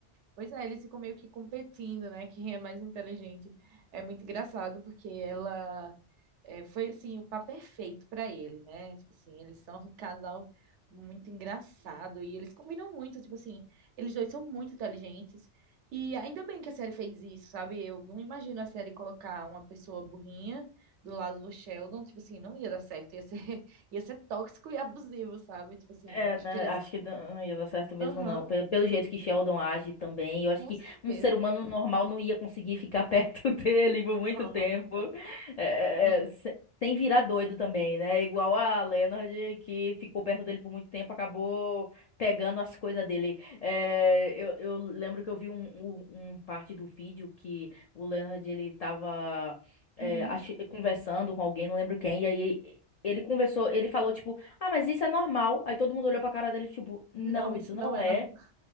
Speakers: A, on the right (about 80°); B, on the left (about 70°).
A: Pois é, eles ficam meio que competindo, né? Quem é mais inteligente. É muito engraçado, porque ela. É, foi assim o par perfeito para ele, né? Tipo assim, eles são um casal muito engraçado e eles combinam muito, tipo assim, eles dois são muito inteligentes. E ainda bem que a série fez isso, sabe? Eu não imagino a série colocar uma pessoa burrinha do lado do Sheldon, tipo assim, não ia dar certo, ia ser, <laughs> ia ser tóxico e abusivo, sabe? Tipo assim,
B: É,
A: eu acho
B: né,
A: que eles,
B: acho que não ia dar certo mesmo,
A: aham,
B: não. Pe- Pelo jeito que Sheldon age também, eu acho
A: com
B: que
A: certeza.
B: um ser humano normal não ia conseguir ficar <laughs> perto dele por muito tempo.
A: não não,
B: É, é,
A: não mesmo.
B: é, se- sem virar doido também, né? Igual a Leonard, que ficou perto dele por muito tempo, acabou pegando as coisas dele. É, eu, eu lembro que eu vi um, um, um parte do vídeo que o Leonard, ele tava é,
A: Uhum.
B: ach- conversando com alguém, não lembro quem, e aí ele conversou, ele falou, tipo, ah, mas isso é normal. Aí todo mundo olhou pra cara dele, tipo, não,
A: Não, isso
B: isso não
A: não é
B: é.
A: normal.